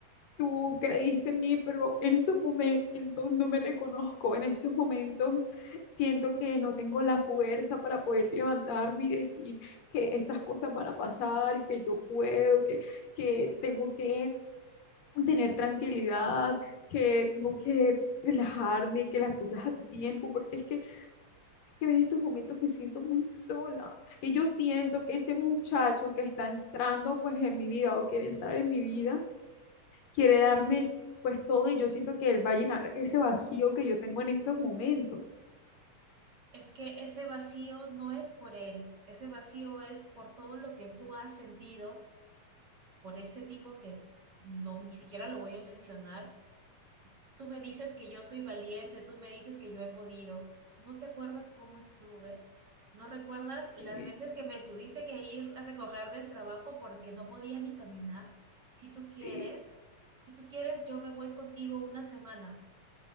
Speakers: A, on the left (about 70°); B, on the right (about 45°).
A: tú creíste en mí, pero en estos momentos no me reconozco, en estos momentos siento que no tengo la fuerza para poder levantarme y decir que estas cosas van a pasar, que yo puedo, que, que tengo que tener tranquilidad, que tengo que relajarme, que las cosas a tu tiempo, porque es que, que en estos momentos me siento muy sola y yo siento que ese muchacho que está entrando pues en mi vida o quiere entrar en mi vida, quiere darme pues todo y yo siento que él va a llenar ese vacío que yo tengo en estos momentos.
B: Es que ese vacío no es por él, ese vacío es por todo lo que tú has sentido por este tipo que no, ni siquiera lo voy a mencionar. Tú me dices que yo soy valiente, tú me dices que yo he podido. ¿No te acuerdas cómo estuve? ¿No recuerdas las
A: Sí,
B: veces que me tuviste que ir a recoger del trabajo porque no podía ni caminar? Si tú quieres,
A: sí,
B: si tú quieres, yo me voy contigo una semana.